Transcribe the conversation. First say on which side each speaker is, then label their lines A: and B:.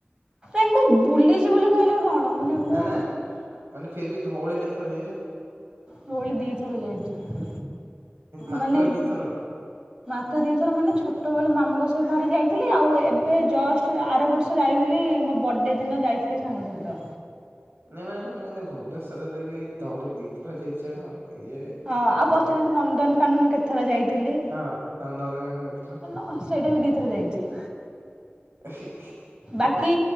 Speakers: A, on the right; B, on the right.
A: ଏ ମୁଁ ବୁଲିଛି ବୋଲି କହିଲି କଣ। ମାନେ ମୁଁ
B: ନା ନା ମାନେ ଫେର ବି ଧଉଳି କେତ ଥର ଯାଇଛ?
A: ଧଉଳି ଦିଥର ଯାଇଚି,
B: ମାତ୍ର
A: ମାନେ
B: ଦିଥର?
A: ମାତ୍ର ଦିଥର ମାନେ ଛୋଟ ବେଳେ ମାମୁଙ୍କ ଥରେ ଯାଇଥିଲି ଆଉ ଏବେ ଜଷ୍ଟ ଆର ବର୍ଷ ଯାଇଥିଲି ମୋ ବର୍ଥଡ଼େ ଦିନ ଯାଇଥିଲି ସାଙ୍ଗ ସହିତ।
B: ନାଇଁ ମାନେ ତ ମାନେ ଭୁବନେଶ୍ଵରରେ କି ଧଉଳି ଦିଥର ଯାଇଛ। ଇଏ
A: ହଁ ଆଉ
B: ଅଜବ।
A: ପଚାରନ୍ତୁ ନନ୍ଦନ କାନୁନ କେତେ ଥର ଯାଇଛି ଥିଲି
B: ହଁ ନନ୍ଦନକାନନ କେତେଥର?
A: ଆଁ ସେଇଟା ବି ଦିଥର ଯାଇଛି।
B: ଏହି ହି
A: ବାକି